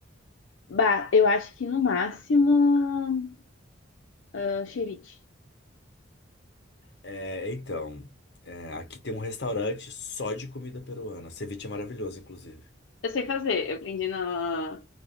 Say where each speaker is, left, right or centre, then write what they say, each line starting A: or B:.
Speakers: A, on the left (about 80°); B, on the left (about 55°).
A: Bah, eu acho que no máximo, ah, ceviche.
B: É, então, é, aqui tem um restaurante só de comida peruana. Ceviche é maravilhoso, inclusive.
A: Eu sei fazer, eu aprendi na...